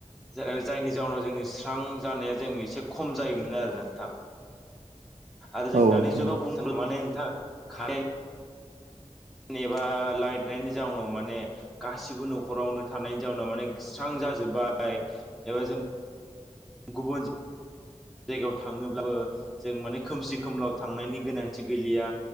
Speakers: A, in the centre; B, on the right.
A: जाय जायनि जाउनाव जोंनि स्रां जानाया जों एसे खम जायोमोन आरोना नोंथां। आरो जों
B: औ नोंथां
A: दानि जुगाव
B: औ
A: बुंनो थाङोबा माने नोंथां कारेन्ट एबा लाइट गैयिनि जाउनाव माने गासिबो नखरावनो थानायनि जाउनाव माने स्रां जाजोबा एबा जों गुबुन जायगायाव थांनोब्लाबो जों माने खोमसि खोमलाव थांनायनि गोनांथि गैलिया